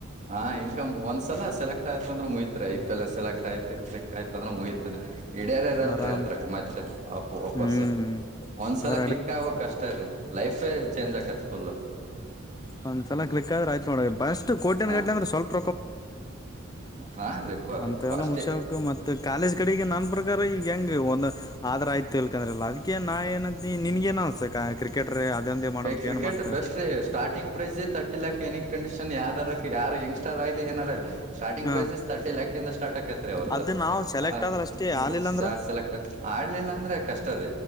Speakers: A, on the right; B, on the left.
A: ಹ ಇನ್ಕ ಒಂದ್ಸಲ ಸೆಲೆಕ್ಟ್ ಆಯತ ಅಂದ್ರ ಮುಗಿತ್ರಿ ಐ ಪಿ ಎ ನ ಸೆಲೆಕ್ಟ್ ಆಯ್ತ ಕ್ಲಿಕ್ ಆಯ್ತ ಅಂದ್ರೆ ಮುಗಿತನ ಇಡೇರ್ ಇರಲ್ರಿ
B: ಆರಾಮ್
A: ಅದ್ರಾಗ ಮತ್ತೆ ಅಪ್ಪ ವಪಸ್
B: ಹ್ಮ್.
A: ಒಂದ್ಸಲ
B: ಅದ್ರ ಅಡತ್
A: ಕ್ಲಿಕ್ ಆಗ್ಕ್ ಅಷ್ಟೇ ರೀ ಲೈಫ್ ಚೇಂಜ್ ಆಕತ್ ಫುಲ್
B: ಒಂದ್ ಚಲ
A: ಹ
B: ಕ್ಲಿಕ್ ಆದ್ರ ಆಯ್ತ ನೋಡಿ ಅಷ್ಟು ಕೋಟೆನ್
A: ಹ
B: ಗಟ್ಲಿ ಅಂದ್ರೆ ಸ್ವಲ್ಪ
A: ಹಾ ರೀ
B: ಅಂತ
A: ಫಸ್ಟ್
B: ಎಲ್ಲ ಮುಚ್ಚ ಮೆ ಕಾಲೇಜ್ ಕಡೆಗೆ ನಾನ್ ಈಗ ಹೆಂಗಗೆ ಒಂದ್ ಆದ್ರ ಆಯ್ತು ಇಲ್ಕಂದ್ರಲ್ಲ ಅದಕ ನಾ ಏನ ನಿನ್ಗ ನ ಅನ್ಸ ಕ್ರಿಕೆಟ್ರೆ ಅದಂದೇ ಮಾಡ್ಬೇಕ
A: ಕ್ರಿಕೆಟ್
B: ಏನ್ ಮತ್ತ
A: ಬೆಸ್ಟ್ ರೀ ಸ್ಟಾರ್ಟಿಂಗ್ ಪ್ರೈಸೇ ಥರ್ಟಿ ಲಾಕ್ ನ ಕಂಡೀಷನ್ ಯ್ದಾರ ಯಾರು ಯಂಗಸ್ ್ಟಲಿ ಏನಾರಲ್ಲ ಸ್ಟಂಗ್
B: ಹ
A: ಪ್ರೈಸಸ್ ತರ್ಟಿ ಲ್ಯಾಕ್ ಇ ಸಾರ್ಟ್ ಆಕೈತ್ೀ ಅವ್ರದದು
B: ಅದು ನಾವು ಸೆಲೆಕ್ಟ್
A: ಹ
B: ಆದ್ರ ಅಷ್ಟೇ ಆಲಿಲ್ಲ ಅಂದ್ರ
A: ಸೆಲೆಕ್ಟ್ ಆಡ್ಲಿಲ್ಲ ಅಂದ್ರೆ ಕಷ್ಟದ